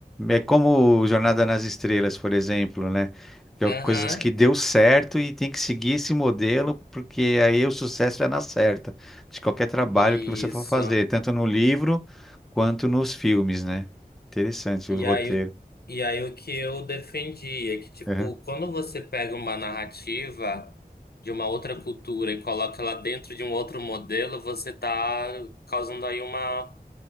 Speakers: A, in the centre; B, on the left (about 75°).
A: é como Jornada nas Estrelas, por exemplo, né? Que
B: Aham,
A: é coisas que deu certo e tem que seguir esse modelo, porque aí o sucesso é na certa de qualquer trabalho
B: isso.
A: que você for fazer, tanto no livro quanto nos filmes, né? Interessante
B: E
A: o roteiro.
B: aí, o- e aí o que eu defendi é que, tipo,
A: Aham,
B: quando você pega uma narrativa de uma outra cultura e coloca ela dentro de um outro modelo, você tá causando aí uma